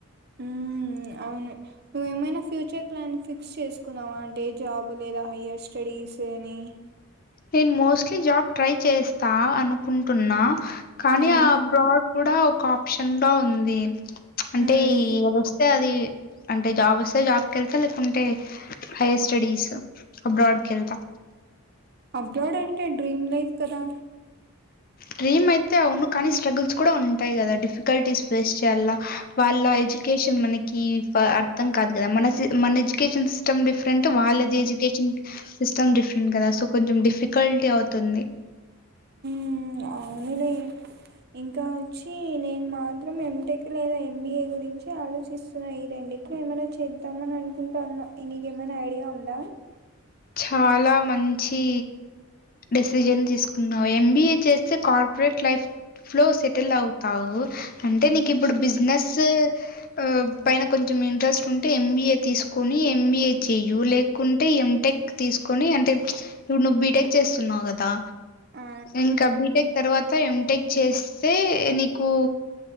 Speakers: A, on the right (about 45°); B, on the left (about 40°).
A: ఉమ్మ్ మ్మ్ అవును నువ్వు ఏమైనా ఫ్యూచర్ ప్లాన్ ఫిక్స్ చేసుకున్నావా అంటే జాబ్ లేదా హైయర్ స్టడీ స్ అని
B: నేన్ మోస్ట్లీ జాబ్ ట్రై చేస్ తా అనుకుంటున్నా కానీ
A: ఉమ్
B: అబ్రాడ్ కూడా ఒక ఆప్షన్ గా ఉంది అంటే
A: ఉమ్
B: ఏదొస్తే అది అంటే జాబ్ వస్తే జాబ్కి వెళ్తే లేకుంటే హయర్ స్టడీస్ అబ్రాడ్ కెల్తా
A: బ్రాడ్ డంటే డ్రీమ్ లైఫ్ కదా
B: డ్రీమ్ అయితే అవును కానీ స్ట్రగుల్స్ కూడా ఉంటాయి కదా డిఫికల్టీస్ ఫేస్ చేయాల వాళ్ళ ఎడ్యుకేషన్ మనకి ప అర్థం కాదు కదా మనసి మన ఎడ్యుకేషన్ సిస్టమ్ డిఫరెంట్ వాళ్ళది ఎడ్యుకేషన్ టీచింగ్ సిస్టమ్ డిఫరెంట్ కదా సో కొంచెం డిఫికల్టీ అవుతుంది
A: మ్మ్ అవునే ఇంకా వచ్చి నేను మాత్రం ఎంటెక్ లేదా ఎంబిఏ గురించి ఆలోచిస్తున్నా ఈ రె డిట్లో ఏమైనా చేద్దామన అనుకుంటాన్న నీకేమైనా ఐడియా ఉందా
B: చాలా మంచి డెసిజన్ తీసుకున్నావు ఎంబిఏ చేస్తే corporate life flow settle అవుతావు అంటే నీక్ ఇప్పుడు బిజినెస్ ఆ క పైన కొంచెం ఇంట్రెస్ట్ ఉంటే ఎంబీఏ తీసుకొని ఎంబీఏ చెయ్యు లేకుంటే ఎంటెక్ తీసుకొని అంటే ఇప్పుడు నువ్వు బిటెక్ చేస్తున్నావు కదా
A: ఆ
B: ఇంకా బిటెక్ తర్వాత ఎంటెక్ చేస్తే నీకు